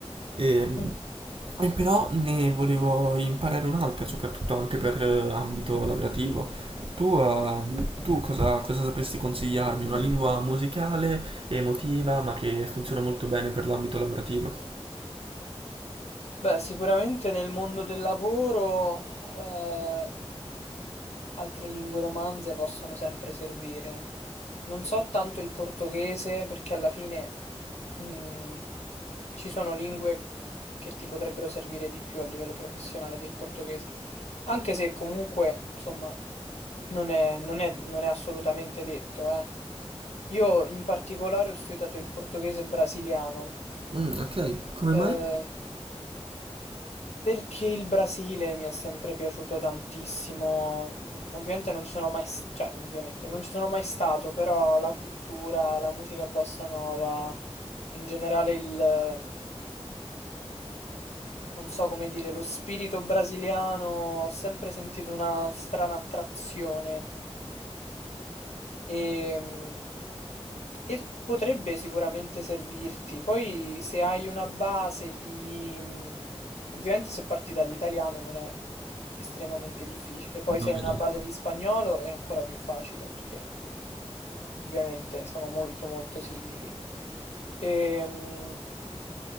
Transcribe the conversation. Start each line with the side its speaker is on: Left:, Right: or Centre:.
Right: E,
Left: <laughs>
Right: e però ne volevo imparare un'altra, soprattutto anche per eh, ambito lavorativo. Tu, eh, tu cosa, cosa sapresti consigliarmi? Una lingua musicale, emotiva, ma che funziona molto bene per l'ambito lavorativo.
Left: Beh, sicuramente nel mondo del lavoro eh, altre lingue romanze possono sempre servire. Non so tanto il portoghese perché alla fine mh, ci sono lingue che ti potrebbero servire di più a livello professionale del portoghese, anche se comunque, insomma, non è, non è- non è assolutamente detto, eh. Io in particolare ho studiato il portoghese brasiliano
Right: Mm, ok, come
Left: eh,
Right: mai?
Left: Perché il Brasile mi è sempre piaciuto tantissimo, mm, ovviamente non ci sono mai, s- cioè, ovviamente non ci sono mai stato, però la cultura, la musica bossa nova, in generale il, mhmm, non so come dire, lo spirito brasiliano, ho sempre sentito una strana attrazione. E, mm, e potrebbe sicuramente servirti. Poi se hai una base di... mm, Ovviamente se parti dall'italiano non è estremamente difficile. Poi
Right: No,
Left: se
Right: no.
Left: hai una base di spagnolo è ancora più facile perché ovviamente sono molto molto simili. E, mm,